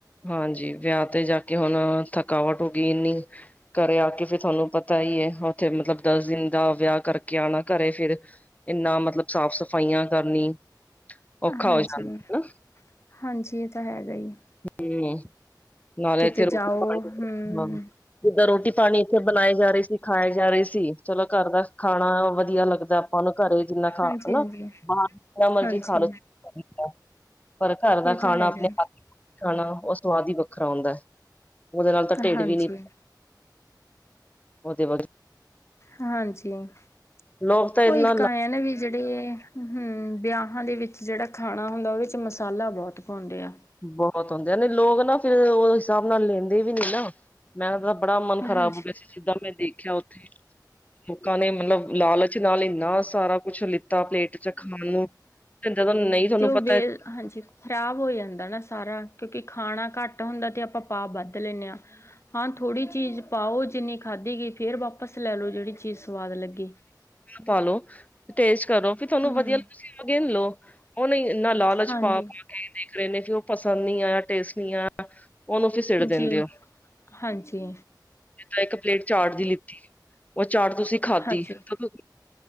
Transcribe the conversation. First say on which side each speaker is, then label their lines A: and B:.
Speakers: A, on the left; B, on the left.
A: ਹਾਂਜੀ! ਵਿਆਹ ਤੇ ਜਾ ਕੇ ਹੁਣ ਥਕਾਵਟ ਹੋ ਗਈ ਇੰਨੀ, ਘਰੇ ਆ ਕੇ ਫਿਰ ਤੁਹਾਨੂੰ ਪਤਾ ਹੀ ਹੈ। ਉੱਥੇ ਮਤਲਬ ਦਸ ਦਿਨ ਦਾ ਵਿਆਹ ਕਰਕੇ ਆਉਣਾ ਘਰੇ ਫਿਰ, ਇੰਨਾ! ਮਤਲਬ ਸਾਫ਼-ਸਫ਼ਾਈਆਂ ਕਰਨੀ, ਔਖਾ
B: ਹਾਂਜੀ,
A: ਹੋ ਜਾਂਦਾ ਹਨਾ,
B: ਹਾਂਜੀ ਇਹ ਤਾਂ ਹੈਗਾ ਹੀ।
A: ਹੱਮ, ਨਾਲੇ
B: ਕਿਤੇ
A: ਚ
B: ਜਾਓ
A: ਰੋਟੀ ਪਾਣੀ
B: ਹਮ
A: ਹਾ। ਜਿੱਦਾਂ! ਰੋਟੀ ਪਾਣੀ ਇੱਥੇ ਬਣਾਏ ਜਾ ਰਹੇ ਸੀ, ਖਾਏ ਜਾ ਰਹੇ ਸੀ, ਚਲੋ ਘਰ ਦਾ ਖਾਣਾ ਵਧੀਆ ਲੱਗਦਾ। ਆਪਾਂ ਨੂੰ ਘਰੇ, ਜਿੰਨਾ ਖਾ
B: ਹਾਂਜੀ
A: ਹਨਾ
B: ਹਾਂਜੀ
A: ਬਾਹਰ ਜਿਨ੍ਹਾਂ ਮਰਜੀ
B: ਹਾਂਜੀ
A: ਖਾ ਲੋ। ਪਰ ਘਰ ਦਾ
B: ਇਹ ਤਾਂ
A: ਖਾਣਾ
B: ਹੈਗਾ
A: ਆਪਣੇ ਹੱਥ, ਖਾਣਾ, ਉਹ ਸਵਾਦ ਹੀ ਵੱਖਰਾ ਹੁੰਦਾ ਹੈ। ਉਹਦੇ ਨਾਲ ਤਾਂ ਢਿੱਡ
B: ਹਾਂਜੀ
A: ਵੀ ਨਹੀ, ਓਦੇ ਵੱਲ,
B: ਹਾਂਜੀ! !
A: ਲੋਕ ਤਾਂ ਇਹਨਾ
B: ਉਹ ਇੱਕ ਆਇਆ ਵੀ ਨੀ, ਜਿਹੜੇ, ਹਮ ਵਿਆਹਾਂ ਦੇ ਵਿੱਚ ਜਿਹੜਾ ਖਾਣਾ ਹੁੰਦਾ ਉਹਦੇ ਵਿੱਚ ਮਸਾਲਾ ਬਹੁਤ ਪਾਉਂਦੇ ਆ।
A: ਬਹੁਤ ਹੁੰਦੇ ਆ, ਨਹੀਂ ਲੋਕ ਨਾ ਫਿਰ ਉਹ ਹਿਸਾਬ ਨਾਲ ਲੈਂਦੇ ਵੀ ਨੀ, ਨਾ ਮੈਂ ਤਾਂ ਬੜਾ ਮਨ,
B: ਹਾਂਜੀ
A: ਖਰਾਬ ਹੋ ਗਿਆ ਸੀ। ਜਿੱਦਾਂ ਮੈਂ ਦੇਖਿਆ ਉੱਥੇ, ਲੋਕਾਂ ਨੇ ਮਤਲਬ ਲਾਲਚ ਨਾਲ ਇੰਨਾ ਸਾਰਾ ਕੁਛ ਲਿੱਤਾ ਪਲੇਟ ਚ ਖਾਣ ਨੂੰ, ਤੇ ਜਦੋਂ ਨਹੀਂ ਤੁਹਾਨੂੰ
B: ਤੇ ਉਹ
A: ਪਤਾ,
B: ਵੇ ਹਾਂਜੀ! ਖ਼ਰਾਬ ਹੋ ਜਾਂਦਾ ਨਾ, ਸਾਰਾ ਕਿਉਂਕਿ ਖਾਣਾ ਘੱਟ, ਏਦਾਂ ਹੁੰਦਾ ਤੇ, ਆਪਾਂ ਪਾ ਵੱਧ ਲੈਂਦੇ ਹਾਂ। ਹਾਂ ਥੋੜ੍ਹੀ ਚੀਜ਼, ਪਾਓ, ਜਿੰਨੀ ਖਾਧੀ ਗਈ, ਫੇਰ ਵਾਪਸ ਲੈ ਲਓ ਜਿਹੜੀ ਚੀਜ਼ ਸਵਾਦ ਲੱਗੇ,
A: ਪਾਲੋ, ਟੇਸਟ ਕਰੋ ਵੀ ਤੁਹਾਨੂੰ
B: ਹਮ
A: ਵਧੀਆ ਲੱਗੇ ਲਓ, ਉਹ ਨਹੀਂ ਇੰਨਾ ਲਾਲਚ
B: ਹਾਂਜੀ
A: ਪਾ-ਪਾ ਕੇ ਦੇਖ ਰਹੇ ਨੇ, ਕਿ ਉਹ ਪਸੰਦ ਨਹੀਂ ਆਇਆ, ਟੇਸਟ ਨਹੀਂ ਆਇਆ, ਉਹਨੂੰ ਫ ਸਿੜ ਦਿੰਦੇ
B: ਜੀ
A: ਹੋ,
B: ਹਾਂਜੀ
A: ਜ ਤਾਂ ਇੱਕ ਪਲੇਟ ਚਾਟ ਦੀ ਲਿੱਤੀ, ਉਹ ਚਾਟ ਤੁਸੀਂ ਖਾਧੀ
B: ਹਾਂਜੀ
A: ਤੇਦੋਂ